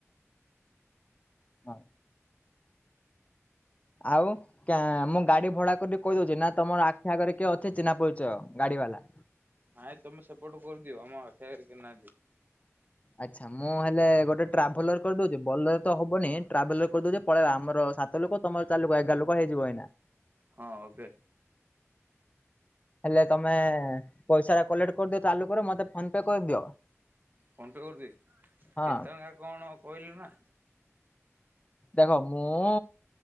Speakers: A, on the left; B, on the right.
A: ହଁ ଆଉ ମୁଁ ଗାଡି ଭଡା କରିକି କହି ଦଉଛି ନା ତମର ଆଖି ଆଗରେ କିଏ ଅଛି? ଚିନା ପଛ ଗାଡି ବାଲା
B: ନାଇଁ ତମେ ସେପୋଟ କରିଦିଅ ଆମ ଆଖି କରିକି ନାହାନ୍ତି।
A: ଆଛା ମୁଁ ହେଲେ ଗୋଟେ ଟ୍ରାଭେଲର କରିଦଉଛି ବଲର ତ ହବନି। ଟ୍ରାଭେଲ କରିଦୋଉ ପଳେଇ ଆମର ତ ଲୋକ ତମର ଚାଲୁୋକ ଏଗାର ଲୋକ ହେଇଯିବ ଏଇନା।
B: ହଁ ଓକେ
A: ହେଲେ ତମେ ପଇସା ଟା କଲେକ୍ଟ କରିଦିଅ ତାଲୁକରେ ମତେ ଫୋନ ପେ କରିଦିଅ।
B: ଫୋନ୍ ପେ କରିଦେବି
A: ହଁ
B: କେତେ ଟଙ୍କା କଣ କହିଲ ନା।
A: ଦେଖ ମୁଁ,